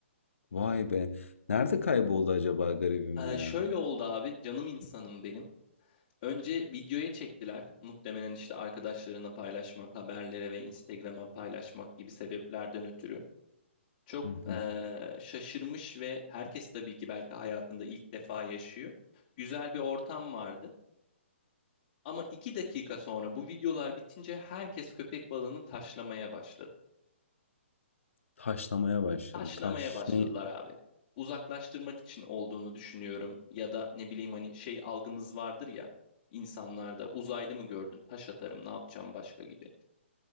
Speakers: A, on the left; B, on the left.
A: Vay be. Nerede kayboldu acaba garibim
B: Ee,
A: ya?
B: şöyle oldu abi canım insanım benim. Önce videoya çektiler. Muhtemelen işte arkadaşlarına paylaşmak, haberlere ve Instagram'a paylaşmak gibi sebeplerden ötürü. çok
A: Hı hı.
B: eee, şaşırmış ve herkes tabii ki belki hayatında ilk defa yaşıyor. Güzel bir ortam vardı. Ama iki dakika sonra bu videolar bitince herkes köpek balığını taşlamaya başladı.
A: Taşlamaya başladı.
B: Taşlamaya
A: Taş
B: başladılar
A: ne?
B: abi. Uzaklaştırmak için olduğunu düşünüyorum. Ya da ne bileyim hani şey algımız vardır ya insanlarda uzaylı mı gördün taş atarım ne yapacağım başka gibi.